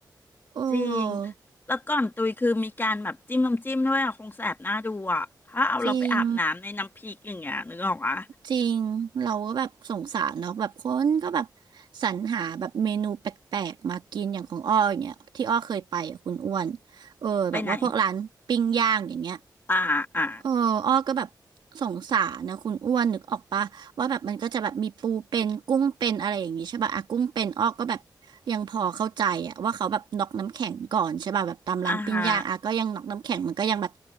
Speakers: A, on the right (about 80°); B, on the left (about 25°).
A: โอ้
B: จริงแล้วก่อนตุยคือมีการแบบจิ้มน้ำจิ้มด้วยอ่ะคงแสบหน้าดูอ่ะถ้าเอาเราไปอาบน้ำในน้ำพริกอย่างเงี้ยนึกออกอ่ะ
A: จริง จริง เราก็แบบสงสารเนาะแบบคนก็แบบสรรหาแบบเมนูแปลกๆมากินอย่างของอ้ออย่างเงี้ยที่อ้อเคยไปอ่ะคุณอ้วนเออแบบว่าพวกร้านปิ้งย่างอย่างเงี้ย
B: ไปไหน อ่าอ่า
A: เอออ้อก็แบบสงสารนะคุณอ้วนนึกออกปะว่าแบบมันก็จะแบบมีปูเป็นกุ้งเป็นอะไรอย่างงี้ใช่ป่ะอะกุ้งเป็นอ้อก็แบบยังพอเข้าใจอะว่าเขาแบบน็อกน้ำแข็งก่อนใช่ป่ะแบบตามร้านปิ้งย่างอะก็ยังน็อกน้ำแข็งมันก็ยังแบบ
B: อ่าฮะ